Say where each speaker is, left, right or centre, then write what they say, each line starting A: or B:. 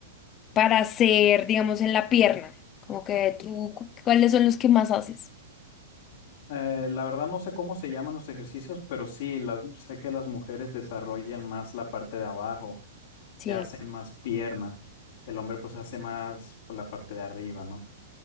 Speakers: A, on the left; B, on the left.
A: para hacer, digamos, en la pierna? Como que tú, cu- ¿cuáles son los que más haces?
B: Eh, la verdad no sé cómo se llaman los ejercicios, pero sí, las, sé que las mujeres desarrollan más la parte de abajo.
A: Sí,
B: que hacen más pierna. El hombre pues hace más por la parte de arriba, ¿no?